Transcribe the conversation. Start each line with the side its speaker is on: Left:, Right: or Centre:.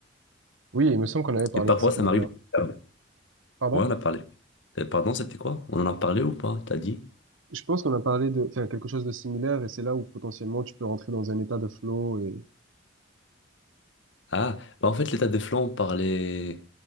Right: Oui, il me semble qu'on avait parlé
Left: Et parfois,
Right: de ça
Left: ça
Right: d'ailleurs.
Left: m'arrive. Ah, Ouais, Ouais,
Right: Pardon?
Left: on a parlé. Euh, Pardon, c'était quoi? On en a parlé ou pas? T'as dit?
Right: Je pense qu'on a parlé de enfin, quelque chose de similaire et c'est là où potentiellement tu peux rentrer dans un état de flow et
Left: Ah, bah, en fait, l'état de flow, on parlait